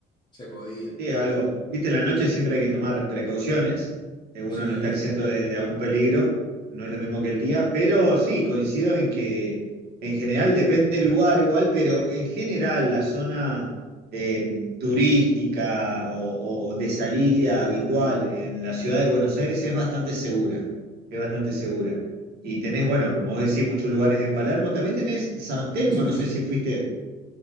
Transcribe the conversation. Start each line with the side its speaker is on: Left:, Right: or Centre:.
Left: se podía.
Right: Sí, algo. Viste, en la noche siempre hay que tomar precauciones. eh, Uno
Left: Sí,
Right: no está exento de, de algún peligro. No es lo mismo que el día. Pero sí, coincido en que en general depende del lugar igual, pero en general la zona eh, turística o, o de salida habitual en la ciudad de Buenos Aires es bastante segura. Es bastante segura. Y tenés, bueno, como vos decís, muchos lugares en Palermo. También tenés San Telmo,
Left: sí.
Right: no sé si fuiste.